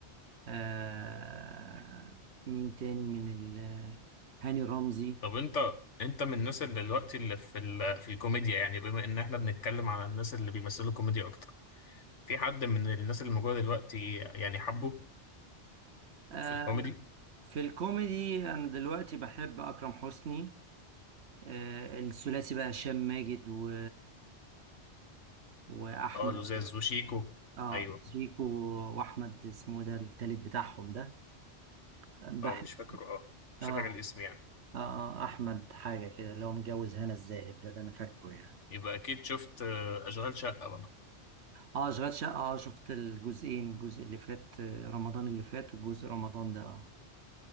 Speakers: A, on the right; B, on the left.
A: آه مين تاني من ال هاني رمزي
B: طب انت انت من الناس اللي دلوقتي اللي في ال... في الكوميديا يعني بما ان احنا بنتكلم على الناس اللي بيمثلوا كوميديا اكتر في حد من الناس اللي موجوده دلوقتي يعني حبه
A: آه
B: في الكوميدي
A: في الكوميدي أنا دلوقتي بحب أكرم حسني آه الثلاثي بقى هشام ماجد و... وأحمد
B: اه لزاز وشيكو
A: اه
B: ايوه
A: شيكو وأحمد اسمه ده التالت بتاعهم ده بحب
B: اه مش فاكر اه مش
A: اه
B: فاكر الاسم يعني
A: اه آه، أحمد حاجة كده اللي هو متجوز هنا الزاهد ده اللي أنا فاكره يعني
B: يبقى اكيد شفت آه، اشغال شقه بقى
A: اه أشغال شقة اه شفت الجزئين الجزء اللي فات آه، رمضان اللي فات وجزء رمضان ده اه